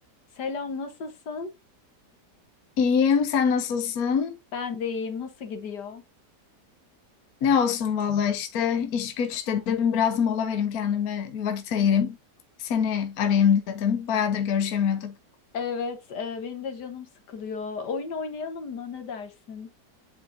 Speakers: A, on the left; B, on the left.
A: Selam, nasılsın?
B: İyiyim, sen nasılsın?
A: Ben de iyiyim. Nasıl gidiyor?
B: Ne olsun valla işte iş güç dedim biraz mola vereyim kendime bir vakit ayırayım. Seni arayayım dedim. Bayağıdır görüşemiyorduk.
A: Evet, e, benim de canım sıkılıyor. Oyun oynayalım mı? Ne dersin?